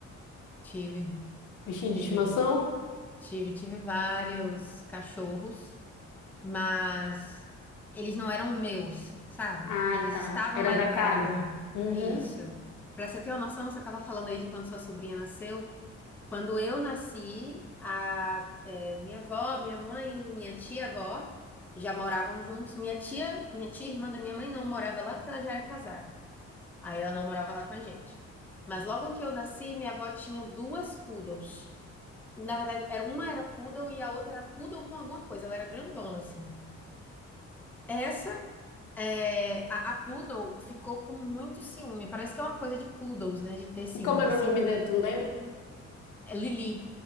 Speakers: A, in the centre; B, on the left.
A: Tive,
B: bichinho
A: tive,
B: de estimação?
A: tive, tive vários cachorros, mas eles não eram meus, sabe?
B: Ah,
A: Eles
B: tá.
A: estavam
B: Era
A: lá
B: da
A: em casa.
B: casa. Uhum.
A: Isso. Pra você ter uma noção, você estava falando aí de quando sua sobrinha nasceu. Quando eu nasci, a eh, minha avó, minha mãe, minha tia-avó já moravam juntos. Minha tia, minha tia irmã da minha mãe não morava lá porque ela já era casada. Aí ela não morava lá com a gente. Mas logo que eu nasci, minha avó tinha duas poodles. Na verdade, era, uma era poodle e a outra era poodle com alguma coisa. Ela era grandona, assim. Essa, é, a, a poodle ficou com muito ciúme. Parece que é uma coisa de poodles, né? De ter ciúme,
B: E Como era
A: assim.
B: o nome dela, tu lembra?
A: É Lili.